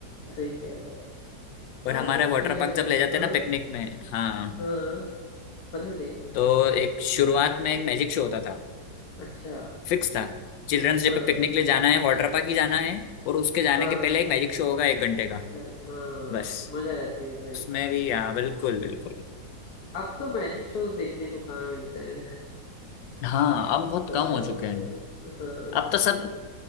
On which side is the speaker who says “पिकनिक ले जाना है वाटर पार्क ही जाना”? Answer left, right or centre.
Left